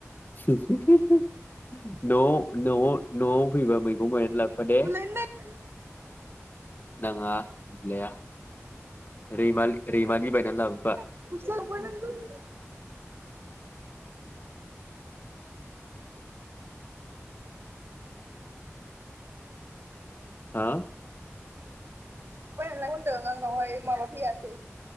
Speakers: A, on the left; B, on the right.
A: <unintelligible> न'आव न'आव न'आव फैबा मैगं बायनानै लाबोफा दे
B: बुलायनो नागिर
A: नाङा <unintelligible> रैमाल रैमालि बायनानै लाबोबा
B: <unintelligible>
A: हा
B: बायनानै लाबो होनदों आंनावहाय माबा फैयासै